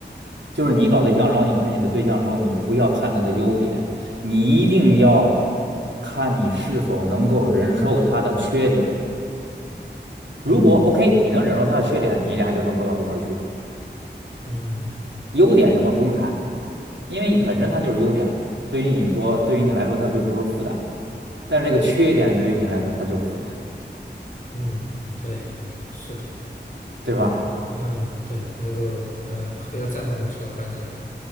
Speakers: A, on the right; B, on the left.
A: 就是你搞对象的时候，你看你的对象的时候，你不要看他的优点，你一定要看你是否能够忍受他的缺点。如果
B: 嗯
A: OK，你能忍受他的缺点，你俩就能过到一块儿去。
B: 嗯
A: 优点什么不用谈，因为本身它就是优点了，对于你说，对于你来说，它就不是负担。但是这个缺点对于你来说，它就是负担。
B: 嗯，对，是的，
A: 对吧？
B: 嗯对，能够呃非常赞同你这个观点啊。